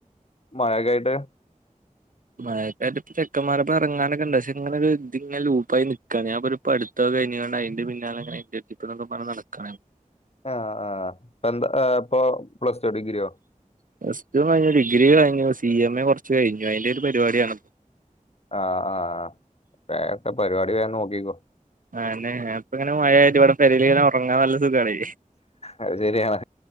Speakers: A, on the left; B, on the right.
A: മഴക്കായിട്ട്
B: മയക്കായിട്ട്പ്പ ചെക്കന്മാരപ്പൊ ഇറങ്ങാനക്കണ്ട് പക്ഷെ ഇങ്ങനെ ഒരു ഇതിങ്ങനെ ലൂപ്പായി നിക്കാണ് ഞാപൊരു, പ്പടുത്തോ കഴിഞ്ആണ്ട് അയ്ന്റെ പിന്നാലെങ്ങനെ <unintelligible> നടക്കാണ്
A: ആഹ് ആഹ് പ്പംന്ത്‌ ആഹ് പ്പൊ പ്ലസ് ടു ഡിഗ്രിയോ
B: പ്ലസ് ടു കഴിഞ്ഞു ഡിഗ്രി കയിഞ്ഞു സി എം എ കുറച്ച്ഴഞ്ഞു അയ്ന്റെറ ഒരു പരിപാടിയാണ് ഇപ്പോ
A: ആഹ് ആഹ് വേ അടുത്ത പരിപാടി വേ നോക്കിക്കോ
B: അഅന്നെ ഞാൻ പ്പങ്ങനെ മഴ ആയിട്ട് വടെ പെരീല് ഇങ്ങനെ ഉറങ്ങാൻ നല്ല സുഖണേ
A: അഹ് ശരിയാണ്